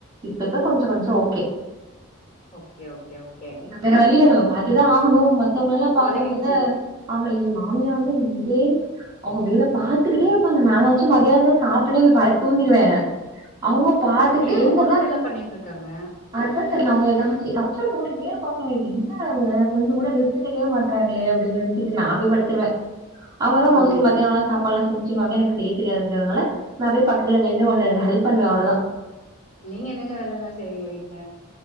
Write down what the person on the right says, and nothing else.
இப்பிப்ப கொஞ்ச கொஞ்சோ ஓகே
வேற வழியில நம்ம பாத்துதா ஆகணு மத்தவங்க எல்லா பாக்குமோது
ஆமா எ மாமியா வந்து நின்னுட்டே அவுங்க வேல பாத்துக்கிட்டே இருப்பாங்க நானா மதியானந்த்ல சாப்ட்டுனே போய் படுத் தூங்கிடுவே அவுங்க பாத்துக்கிட்டே
என்னதா
அதா தெர்ல அவுங்க எதாச்சி எதாச்சி நோண்டிகிட்டே இருப்பாங்க என்னங்க இவுங்க கொஞ்சங்கூட ரெஸ்ட் எடுக்கவே மாட்றாங்ளே அப்டினு நெ ன்ச்சிட்டு நா போய் படுத்துருவே அவுங்கதா
மோஸ்ட்லி மத்தியானோலா சாப்பாட்ல்லா செஞ்சுருவாங்க எனக்கு செய் தெரியாதுங்கிறதுனால நா போய் பக்கத்துல நிண்டு கொண்டு எத்னா ஹெல்ப் பண்ணுவே அவ்ளதா